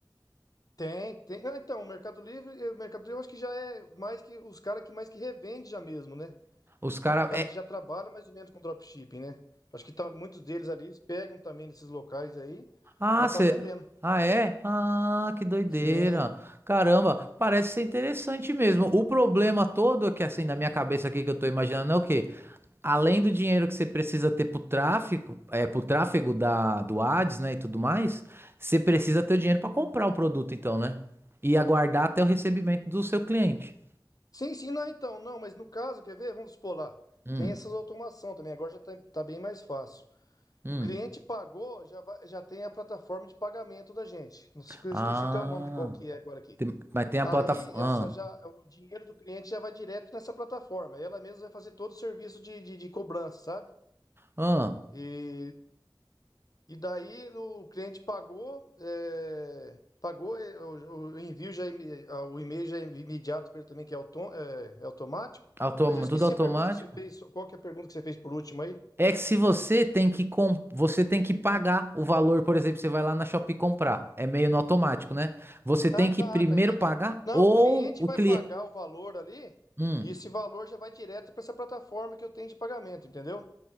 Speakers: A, on the left; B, on the right.
A: Tem, tem. Ah, então, o Mercado Livre, eh, o Mercado Livre eu acho que já é mais que os caras que mais que revende já mesmo, né?
B: Os caras.
A: Os caras que já trabalham mais ou menos com dropshipping, né? Acho que tá, muitos deles ali eles pegam também nesses locais aí
B: Ah,
A: pra tá
B: cê...
A: vendendo.
B: ah, é? Ah, que doideira.
A: Sim.
B: Caramba, parece ser interessante mesmo. O problema todo é que assim na minha cabeça aqui que eu tô imaginando é o quê? Além do dinheiro que você precisa ter pro tráfico, é, pro tráfego da, do Ads, né, e tudo mais, você precisa ter o dinheiro para comprar o produto então, né? E aguardar até o recebimento do seu cliente.
A: Sim, sim, não, então, não, mas no caso, quer ver? Vamos supor lá.
B: Hum,
A: Tem essas automação também, agora já tá, tá bem mais fácil.
B: hum.
A: O cliente pagou, já vai- já tem a plataforma de pagamento da gente. Não sei, eu
B: Ah,
A: esqueci até o nome de qual que é agora aqui.
B: tem- mas tem a
A: Aí
B: plataforma.
A: essa já, o dinheiro do cliente já vai direto nessa plataforma. Ela mesma vai fazer todo o serviço de, de, de cobrança, sabe?
B: Ah, ah,
A: E, e daí o cliente pagou, é, pagou é, o, o envio já é imi- ah, o e-mail já é imediato para ele também que é, autom, é, é automático.
B: automa-
A: Mas eu esqueci
B: tudo automático?
A: a pergunta que você fez. Qual que é a pergunta que você fez por último aí?
B: É que se você tem que com... você tem que pagar o valor, por exemplo, você vai lá na Shopee comprar. É meio no automático, né? Você tem
A: Ah, tá,
B: que primeiro
A: tá, entendi.
B: pagar
A: Não,
B: ou
A: o cliente
B: o
A: vai
B: cliente.
A: pagar o valor ali.
B: Hum.
A: E esse valor já vai direto para essa plataforma que eu tenho de pagamento, entendeu?